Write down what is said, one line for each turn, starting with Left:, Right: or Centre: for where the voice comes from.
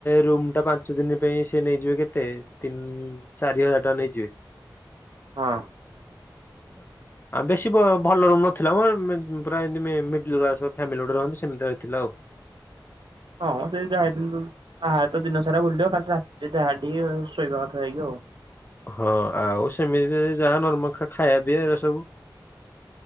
Left: ରୁମ୍ ଟା ପାଞ୍ଚ ଦିନ ପାଇଁ ସେ ନେଇଯିବେ କେତେ ତେ ତିନି, ଚାରି ହଜାର ଟଙ୍କା ନେଇଯିବେ।
Right: ହଁ।
Left: <unintelligible> ଆଉ ବେଶୀ ବ ଭଲ ରୁମ ନଥିଲା ମ। ପୁରା ମି ମିଡ଼ିଲ କ୍ଲାସ ଫାମିଲି ଗୋଟେ ରହନ୍ତି, ସେମିତି ରହିଥିଲା ଆଉ। <inaudible>
Right: ହଁ, ସେ ଯାହା ବାହାରେ ତ ଦିନ ସାରା ବୁଲିବ। ଖାଲି ରାତିରେ ଯାହା ଟିକେ ଶୋଇବା କଥା, ଯାଇକି ଆଉ।
Left: ହଁ, ଆଉ ସେମିତି ଯାହା ନର୍ମଖ ଖାଇବା, ପିଆ, ଏଇରା ସବୁ।